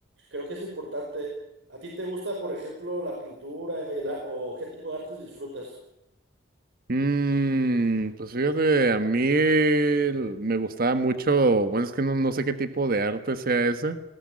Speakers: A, on the right (about 70°); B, on the right (about 50°).
A: Creo que es importante. ¿A ti te gusta, por ejemplo, la pintura y la- o qué tipo de artes disfrutas?
B: Mm, pues fíjate, a mí el- me gustaba mucho, bueno, es que no, no sé qué tipo de arte sea ese,